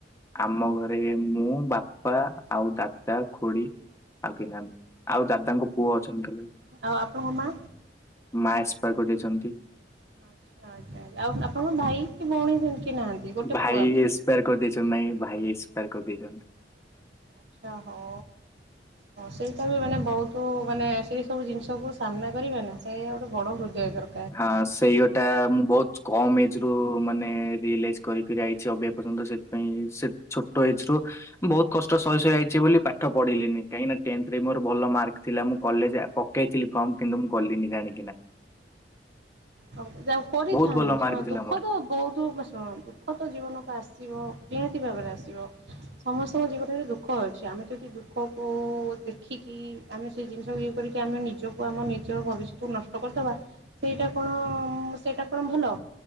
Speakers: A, on the left; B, on the right.
A: ଆମ ଘରେ ମୁଁ ବାପା ଆଉ ଦାଦା ଖୁଡି ଆଉ ପିନାହାନ୍ତିହ ଆଉ ଦାଦାଙ୍କ ପୁଅ ଅଛନ୍ତି କହିଲ
B: ଆଉ ଆପଣଙ୍କ ମା?
A: ମା ଏସ୍ପା କରିଜାଇଛନ୍ତି।
B: ଆ୍ଛା ଆଜ୍ଞା ଆ୍ା ଆଉ ଆପଣଙ୍କ ଭାଇ କି ଭଉଣୀ ସେମିତି କିଏ ନାହାନ୍ତି। ଗୋଟେ
A: ଭାଇ
B: ପୁଅ ଆପଣ?
A: ଏକ୍ସପାର କରିଯାଇଛନ୍ତି ନାଇଁ ଭାଇ ଏକ୍ସପାର କରିଯାଇଛନ୍ତି।
B: ଆଚ୍ଛା ହଉ। ହଁ ସେଇଟା ବି ମାନେ ବହୁତ ମାନେ ସେଇ ସବୁ ଜିନିଷକୁ ସାମ୍ନା କରିବେ ନା ସେଇା ଗୋଟେ ବଡ ହୃଦୟ ଦରକାର।
A: ହଁ ସେଇ ଗୋଟା ମୁଁ ବହୁତ କମ୍ ଏଜ ରୁ ମାନେ ରିଏଲାଇଜ୍ କରିକରି ଆଇଛି ଅଭ ପର୍ଯ୍ୟନ୍ତ ସେଥିପାଇଁ ସେ ଛୋଟ ଏଜରୁ ବହୁତ କଷ୍ଟ ସହି ସହି ଯାଇଛି ବୋଲି ପାଠ ପଢିଲିନି କାହିଁକି ନା ଟେନଥରେ ମୋର ଭଲ ମାର୍କ ଥିଲା ମୁଁ କଲେଜ ଦେଇଥିଲି ଫର୍ମ କିନ୍ତୁ ମୁଁ କଲିିନି ଜାଣିକିନା।
B: ହଉ ଯହା କରିଥାନ୍ତେ
A: ବହୁତ ଭଲ
B: ଶୁଣ
A: ମାର୍କ ଥିଲା
B: ଦୁଃଖ
A: ମୋର।
B: ତ ବହୁତ ସୁ ଦୁଃଖ ତ ଜୀବନକୁ ଆସିବ ନିହାତି ଭାବରେ ଆସିବ। ସମସ୍ତଙ୍କ ଜୀବନରେ ଦୁଃଖ ଅଛି ଆମେ ଯଦି ଦୁଃଖକୁ ଦେଖିକି ଆମେ ସେ ଜିନିଷ ଇଏ କରିକି ଆମେ ନିଜକୁ ଆମ ନିଜ ଭବିଷ୍ୟତକୁ ନଷ୍ଟ କରିଦେବା ସେଇଟା କଣ ସେଇଟା କଣ ଭଲ?